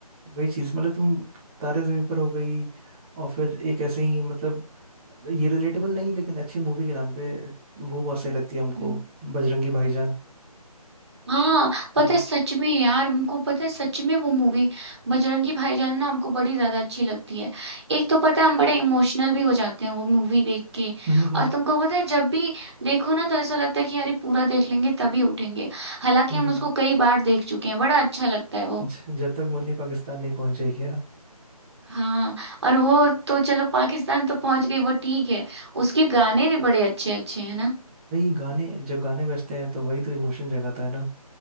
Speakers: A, on the right; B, on the right.
A: वही चीज मतलब तुम तारे जमीन पर हो गई और फिर एक ऐसे ही मतलब ये रिलेटेबल नहीं लेकिन अच्छी मूवी के नाम पे वो बहुत सही लगती है हमको
B: हम्म,
A: बजरंगी भाईजान
B: हाँ
A: <laughs>
B: पता है सच में यार हमको पता है सच में वो मूवी बजरंगी भाईजान ना हमको बड़ी ज्यादा अच्छी लगती है एक तो पता है हम बड़े इमोशनल भी हो जाते हैं वो मूवी देख के
A: हम्म,
B: और तुमको पता है जब भी देखो ना तो ऐसा लगता है कि अरे पूरा देख लेंगे तभी उठेंगे हालांकि
A: हम्म,
B: हम उसको कई बार देख चुके हैं बड़ा अच्छा लगता है वो
A: ज- जब तक मुन्नी पाकिस्तान नहीं पहुंच जाएगी यार।
B: हाँ और वो तो चलो पाकिस्तान तो पहुंच गई वो ठीक है उसके गाने भी बड़े अच्छे अच्छे हैं ना
A: वही गाने जब गाने बजते हैं तो वही तो इमोशन जगाता है ना